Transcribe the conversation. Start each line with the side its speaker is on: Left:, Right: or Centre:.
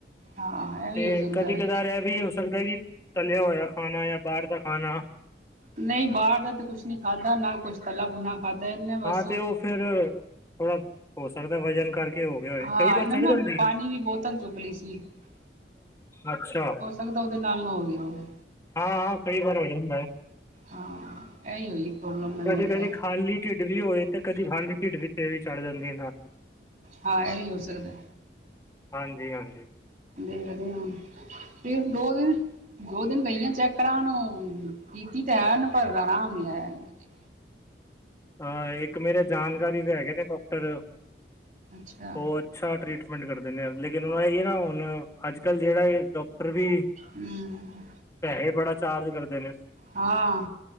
Right: ਹਾਂ ਇਹ ਵੀ
Left: ਤੇ
Right: ਹੋ ਸਕਦਾ
Left: ਕਦੀ-ਕਦਾਰ
Right: ਹੈ
Left: ਐ, ਵੀ ਹੋ ਸਕਦਾ, ਕੀ ਤਲਿਆ ਹੋਇਆ ਖਾਨਾਂ ਯਾ ਬਾਹਰ ਦਾ ਖਾਨਾ।
Right: ਨਹੀਂ ਬਾਹਰ ਦਾ ਤੇ ਕੁਛ ਨੀ ਖਾਧਾ, ਨਾ ਕੁਛ ਤੱਲਾ-ਬੁਣਾ ਖਾਧਾ, ਇਹਨੇ ਬਸ
Left: ਹਾਂ ਤੇ ਉਹ ਫਿਰ ਥੋੜਾ ਹੋ ਸਕਦਾ ਵਜਨ ਕਰਕੇ ਹੋ ਗਿਆ ਹੋਏ
Right: ਹਾਂ,
Left: ਕਈ ਵਾਰ
Right: ਇਹਨਾ
Left: ਚੜ
Right: ਨ ਨਾ,
Left: ਜਾਂਦੀ
Right: ਪਾਣੀ
Left: ਹੈ
Right: ਦੀ ਬੋਤਲ ਚੁੱਕਲੀ ਸੀ। ਹ <inaudible>
Left: ਅੱਛਾ।
Right: ਲਗਦਾ, ਉਹਦੇ ਨਾਲ ਨਾ ਹੋ ਗਿਆ ਹੋਵੇ।
Left: ਹਾਂ-ਹਾਂ, ਕਈ ਵਾਰ ਹੋ ਜਾਂਦਾ ਏ।
Right: ਹਾਂ, ਇਹੀ ਹੋਈ ਪ੍ਰੋਬਲਮ ਮੈਨ
Left: ਕਦੀ-ਕਦੀ
Right: ਲੱਗਦਾ।
Left: ਖਾਲੀ ਢਿੱਡ ਵੀ ਹੋਏ ਤੇ ਕਦੀ, ਖਾਲੀ ਢਿੱਡ ਵੀ ਤੇ ਵੀ ਚੜ ਜਾਂਦੀ ਏ, ਨਾੜ
Right: ਹਾਂ, ਐ ਵੀ ਹੋ ਸਕਦਾ।
Left: ਹਾਂਜੀ-ਹਾਂਜੀ।
Right: ਦੇਖਦੇ ਆਂ, ਫਿਰ ਦੋ-ਦਿਨ ਦੋ-ਦਿਨ ਗਈਆਂ ਚੈੱਕ ਕਰਾਣ ਓ, ਕੀਤੀ ਤੇ ਹੈਨ ਪਰ ਆਰਾਮ ਨਹੀ ਆਇਆ ਅਜੇ
Left: ਅ, ਇੱਕ ਮੇਰੇ ਜਾਣਕਾਰੀ ਦੇ ਹੈਗੇ ਨੇ ਡਾਕਟਰ,
Right: ਅੱਛਾ
Left: ਓ ਅੱਛਾ ਟ੍ਰੀਟਮੇਂਟ ਕਰਦੇ ਨੇ ਯਾਰ, ਲੇਕਿਨ ਇਹ ਨਾ ਹੁਣ ਅੱਜ-ਕਲ੍ਹ ਜਿਹੜਾ ਏ ਡੌਕਟਰ ਵੀ
Right: ਹੂੰ
Left: ਪੈਸੇ ਬੜਾ ਚਾਰਜ ਕਰਦੇ ਨੇ
Right: ਹਾਂ,